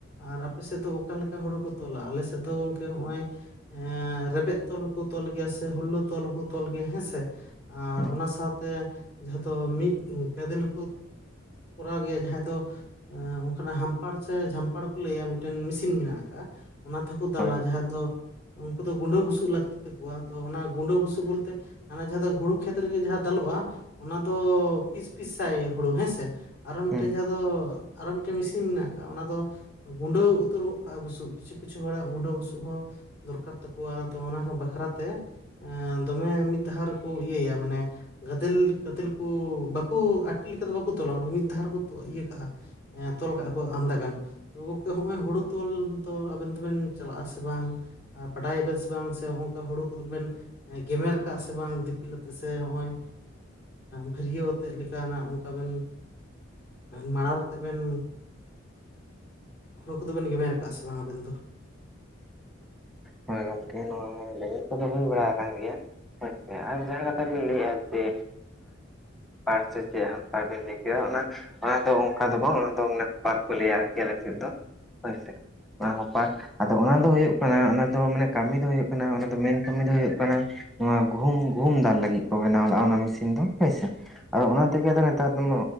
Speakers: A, on the left; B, in the centre.
A: ᱟᱨ ᱟᱯᱮ ᱥᱮᱫ ᱫᱚ ᱚᱠᱟᱞᱮᱠᱟ ᱦᱩᱲᱩ ᱠᱚ ᱛᱚᱞᱟ ᱟᱞᱮ ᱥᱮᱫ ᱫᱚ ᱜᱚᱝᱠᱮ ᱱᱚᱜᱼᱚᱭ ᱮᱸ ᱨᱮᱵᱮᱫ ᱛᱚᱞ ᱦᱚᱸᱠᱚ ᱛᱚᱞ ᱜᱮᱭᱟ ᱥᱮ ᱦᱩᱞᱟᱹ ᱛᱚᱞ ᱦᱚᱸᱠᱚ ᱛᱚᱞ ᱜᱮᱭᱟ ᱦᱮᱸᱥᱮ ᱟᱨ
B: ᱦᱩᱸ
A: ᱚᱱᱟ ᱥᱟᱶᱛᱮ ᱡᱟᱦᱟᱸ ᱫᱚ ᱢᱤᱫ ᱜᱟᱫᱮᱞ ᱦᱚᱸᱠᱚ ᱠᱚᱨᱟᱣ ᱜᱮᱭᱟ ᱡᱟᱦᱟᱸᱭ ᱫᱚ ᱚᱱᱠᱟᱱᱟᱜᱟᱢ ᱥᱮ ᱡᱷᱟᱢᱯᱟᱲ ᱠᱚ ᱞᱟᱹᱭ ᱟ ᱢᱤᱫᱴᱤᱡ ᱢᱮᱥᱤᱱ ᱢᱮᱱᱟᱜ ᱟᱠᱟᱟᱜᱼᱟ ᱚᱱᱟ ᱛᱮᱦᱚᱸᱠᱚ ᱫᱟᱞᱟ
B: ᱦᱳᱭ
A: ᱡᱟᱦᱟᱸ ᱫᱚ ᱩᱱᱠᱩ ᱫᱚ ᱜᱩᱸᱰᱟᱹ ᱵᱩᱥᱩ ᱞᱟᱹᱠᱛᱤ ᱛᱟᱠᱚᱣᱟ ᱛᱚ ᱚᱱᱟ ᱜᱩᱰᱟᱹ ᱵᱩᱥᱩᱵ ᱵᱚᱞᱛᱮ ᱦᱟᱱᱟ ᱡᱟᱦᱟᱸ ᱫᱚ ᱦᱩᱲᱩ ᱠᱷᱮᱛ ᱨᱮᱜᱮ ᱡᱟᱦᱟᱸ ᱫᱟᱞᱚᱜᱼᱟ ᱚᱱᱟ ᱫᱚ ᱯᱤᱥ ᱯᱤᱥ ᱥᱟᱭ ᱦᱩᱲᱩ ᱦᱮᱸᱥᱮ ᱟᱨᱚ ᱢᱤᱫᱴᱮᱱ
B: ᱦᱩᱸ
A: ᱡᱟᱦᱟᱸ ᱫᱚ ᱟᱨᱚ ᱢᱤᱫᱴᱮᱱ ᱢᱮᱥᱤᱱ ᱢᱮᱱᱟᱜ ᱚᱱᱟ ᱫᱚ ᱜᱩᱸᱰᱟᱹᱣ ᱩᱛᱟᱹᱨ ᱜᱚᱫ ᱠᱟᱜᱼᱟ ᱵᱩᱥᱩ ᱠᱤᱪᱷᱩ ᱠᱤᱪᱷᱩ ᱦᱚᱲᱟᱜ ᱜᱩᱸᱟᱹ ᱵᱩᱥᱩ ᱦᱚᱸ ᱫᱚᱨᱠᱟᱨ ᱛᱟᱠᱚᱣᱟ ᱟᱫᱚ ᱚᱱᱟ ᱵᱟᱠᱷᱨᱟᱛᱮ ᱮ ᱫᱚᱢᱮ ᱢᱤᱫ ᱫᱷᱟᱣ ᱨᱮᱠᱚ ᱤᱭᱟᱹᱭᱟ ᱢᱟᱱᱮ ᱜᱟᱫᱮᱞ ᱜᱟᱫᱮᱞ ᱠᱚ ᱵᱟᱠᱚ ᱟᱴᱤ ᱞᱮᱠᱟ ᱫᱚ ᱵᱟᱠᱚ ᱛᱚᱞᱣᱟ ᱢᱤᱫ ᱫᱷᱟᱣ ᱨᱮᱠᱚ ᱤᱭᱟᱹ ᱠᱟᱜᱼᱟ ᱦᱮᱸ ᱛᱚᱞ ᱠᱟᱜ ᱠᱚ ᱟᱢᱫᱟ ᱜᱟᱱ ᱛ ᱜᱚᱝᱠᱮ ᱦᱚᱸᱜᱚᱭ ᱦᱩᱲᱩ ᱛᱚᱞ ᱫᱚ ᱟᱵᱮᱱ ᱫᱚᱵᱮᱱ ᱪᱟᱞᱟᱜ ᱟ ᱥᱮ ᱵᱟᱝ ᱵᱟᱰᱟᱭᱟ ᱵᱮᱱ ᱥᱮ ᱵᱟᱝ ᱥᱮ ᱚᱱᱠᱟ ᱦᱩᱲᱩ ᱠᱚᱫᱚᱵᱮᱱ ᱜᱮᱢᱮᱨ ᱠᱟᱜ ᱟ ᱥᱮ ᱵᱟᱝ ᱫᱤᱯᱤᱞ ᱟᱛᱮᱜ ᱥᱮ ᱱᱚᱜᱼᱚᱭ ᱵᱷᱟᱹᱨᱭᱟᱹᱣ ᱟᱛᱮᱫ ᱞᱮᱠᱟᱱᱟᱜ ᱚᱱᱠᱟ ᱵᱮᱱ ᱢᱟᱲᱟᱝ ᱟᱛᱮ ᱵᱮᱱ ᱦᱩᱲᱩ ᱠᱚᱫᱚ ᱵᱤᱱ ᱜᱮᱢᱮᱨ ᱟᱠᱟᱫᱼᱟ ᱥᱮ ᱵᱟᱝ ᱟᱵᱮᱱ ᱫᱚ
B: ᱦᱳᱭ ᱜᱚᱝᱠᱮ ᱱᱚᱣᱟ ᱜᱮᱢᱮᱨ ᱠᱚᱫᱚ ᱦᱩᱭ ᱵᱟᱲᱟ ᱟᱠᱟᱱ ᱜᱮᱭᱟ ᱟᱪᱪᱷᱟ ᱟᱨ ᱡᱟᱦᱟᱸ ᱠᱟᱛᱷᱟ ᱵᱤᱱ ᱞᱟᱹᱭᱮᱜᱼᱟ ᱡᱮ ᱯᱟᱲ ᱥᱮ ᱪᱮᱫ ᱦᱟᱱᱛᱟᱲ ᱵᱤᱱ ᱞᱟᱹᱭ ᱠᱮᱫᱟ ᱚᱱᱟ ᱚᱱᱟᱫᱚ ᱚᱱᱠᱟ ᱫᱚ ᱵᱟᱝ ᱚᱱᱟ ᱫᱚ ᱦᱚᱯᱟᱨ ᱠᱚ ᱞᱟᱹᱭᱟ ᱟᱨᱠᱤ ᱟᱞᱮ ᱥᱮᱫ ᱫᱚ ᱦᱚᱭ ᱥᱮ ᱚᱱᱟ ᱦᱚᱯᱟᱨ ᱟᱫᱚ ᱚᱱᱟ ᱫᱚ ᱦᱳᱭᱳᱜ ᱠᱟᱱᱟ ᱚᱱᱟ ᱫᱚ ᱢᱟᱱᱮ ᱠᱟᱹᱢᱤ ᱫᱚ ᱦᱳᱭᱳᱜ ᱠᱟᱱᱟ ᱚᱱᱟ ᱫᱚ ᱢᱮᱱ ᱠᱟᱹᱢᱤ ᱫᱚ ᱦᱳᱭᱳᱜ ᱠᱟᱱᱟ ᱱᱚᱣᱟ ᱜᱩᱦᱩᱢ ᱜᱩᱦᱩᱢ ᱫᱟᱞ ᱞᱟᱹᱜᱤᱫ ᱠᱚ ᱵᱮᱱᱟᱣ ᱞᱟᱜᱼᱟ ᱚᱱᱟ ᱢᱮᱥᱤᱱ ᱫᱚ ᱦᱳᱭᱥᱮ ᱟᱫᱚ ᱚᱱᱟ ᱛᱮᱜᱮᱫᱚ ᱱᱮᱛᱟᱨ ᱫᱚ